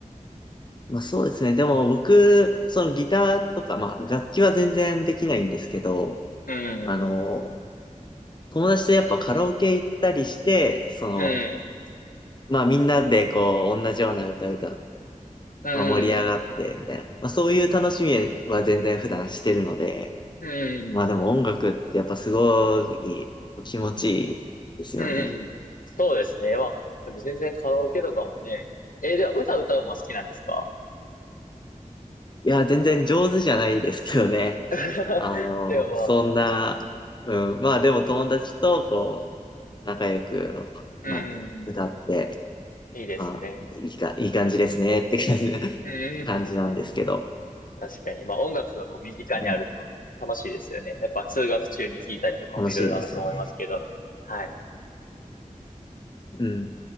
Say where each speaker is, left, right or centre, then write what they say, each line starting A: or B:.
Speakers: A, on the left; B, on the left.
A: まあそうですね。でも僕、そのギターとか、まあ楽器は全然できないんですけど、
B: うん、
A: あの、友達とやっぱカラオケ行ったりして、その、
B: うん、
A: まあみんなでこう、同じような歌歌、
B: うん、
A: まあ、盛り上がって、
B: うん、
A: みたいな。まあそういう楽しみは全然普段してるので、
B: うん、
A: まあでも音楽ってやっぱすごいこう気持ちいいですよね。
B: うん。そうですね。まあ、でも全然カラオケとかもね、えー、では歌歌うのは好きなんですか
A: いや、全然上手じゃないですけどね。
B: <laughs>
A: あの、
B: でもまあ、
A: そんな、うん、まあでも友達とこう、仲良く、
B: うん、
A: なんていうの、
B: うんうん、
A: 歌って、
B: いいですね。
A: あ、いいか、いい感じですねって感じ、<laughs>
B: うん
A: 感じなんですけど、
B: 確かに。まあ音楽がこう身近にあると楽しいですよね。
A: うん、
B: やっぱ通学中に聴いたりとかもいろいろあると思いますけど。
A: 楽しいですよね。
B: はい。
A: うん。